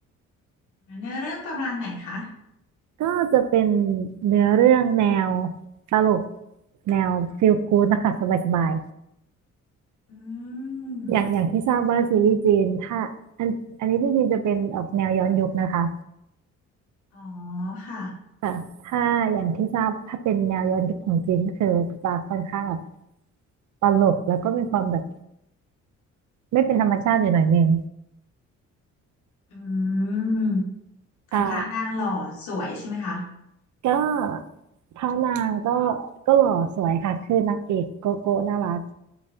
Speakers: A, on the left; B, on the right.
A: เนื้อเรื่องประมาณไหนคะ
B: ก็จะเป็นเนื้อเรื่องแนวตลกแนวฟีลกู๊ดนะคะสบาย
A: อื
B: ๆอย่างอย่างที่ทราบว่าซีรีส์จีนถ้าอันอันนี้จริงๆจะเป็นออกแนวย้อนยุคนะคะ
A: มอ๋อค่ะ
B: ค่ะถ้าอย่างที่ทราบถ้าเป็นแนวย้อนยุคของจีนก็คือจะค่อนข้างแบบตลกแล้วก็มีความแบบไม่เป็นธรรมชาติอยู่หน่อยหนึง
A: อืมแต่พระนางหล่อสวยใช่ไหมคะ
B: ค่ะก็พระนางก็ก็หล่อสวยค่ะคือนางเอกโกโก้น่ารัก